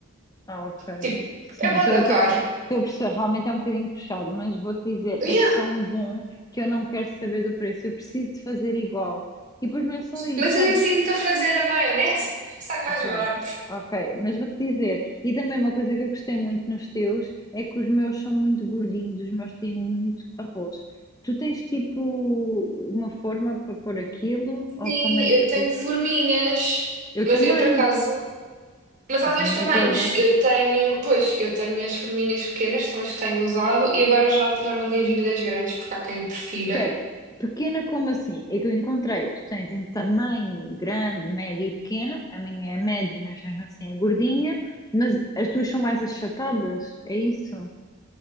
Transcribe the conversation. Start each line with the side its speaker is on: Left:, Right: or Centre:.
Left: Ah, ok.
Right: Tipo,
Left: Sim,
Right: é bué da
Left: estou
Right: caro.
Left: a perceber, realmente é um bocadinho puxado, mas vou-te dizer,
Right: Yeah.
Left: é tão bom que eu não quero saber do preço, eu preciso de fazer igual. E depois não é só isso,
Right: Mas
Left: só
Right: eu ensino-te a fazer a maionese, <laughs> sai mais
Left: Ah, pronto,
Right: barato.
Left: ok. Mas vou-te dizer, e também uma coisa que eu gostei muito nos teus é que os meus são muito gordinhos, os meus têm muito arroz. Tu tens tipo uma forma para pôr aquilo? Ou
Right: Sim,
Left: como é
Right: eu
Left: que.
Right: tenho forminhas,
Left: Eu
Right: mas
Left: também,
Right: eu por acaso. Mas há
Left: mas
Right: dois
Left: a minha
Right: tamanhos.
Left: é gorda.
Right: Eu tenho, pois, eu tenho as forminhas pequenas, que são as que tenho usado, e agora já, já mandei vir das grandes, porque há quem prefira.
Left: Espera, pequena como assim? É que eu encontrei, tu tens em tamanho grande, médio e pequena, a minha é média, mas mesmo assim é gordinha, mas as tuas são mais achatadas, é isso?